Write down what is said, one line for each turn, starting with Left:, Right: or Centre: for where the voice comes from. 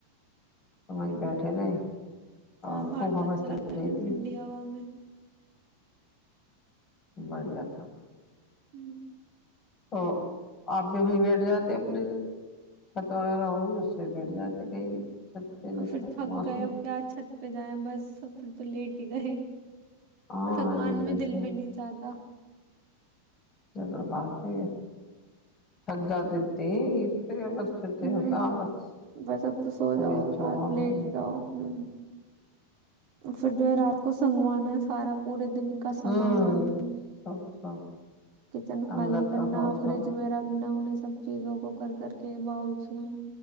Left: تو وہیں بیٹھے رہے اور
Right: ہاں باہر
Left: خوب
Right: تو
Left: ہوا
Right: اچھا
Left: چل
Right: لگتا ہے
Left: رہی تھی
Right: ٹھنڈی ہوا میں
Left: مڑ گیا تھا
Right: ہوں
Left: تو آپ بھی وہیں بیٹھ جاتے اپنی چھت وغیرہ ہوئی اس پ بیٹھ جاتے کہیں چھت پہ
Right: اور
Left: جیسے
Right: پھر تھک
Left: موسم
Right: گئے اور کیا چھت پہ جائےیں بس اب پھر تو لیٹ ہی گئے
Left: ہاں
Right: تھکان
Left: نہیں
Right: میں دل
Left: تو
Right: بھی نہیں جاہتا
Left: جدو بعد ہے تھک جااتتی یہہی بس چتے
Right: ہوں
Left: ہوتا بس
Right: بس اب تو سو
Left: ابھی
Right: جاؤ
Left: چوڑا
Right: رات لیٹ
Left: ہو
Right: جاؤ ہوں پھر جو ہے رات کو سنگوانا سارا پورے دن کا
Left: ہوں
Right: سامان
Left: سب سب
Right: کچن خالی
Left: اندر
Right: کرنا
Left: رہو سب
Right: فرج میں رکھنا انیں سب چیزوں کو کر کر کے باؤلس میں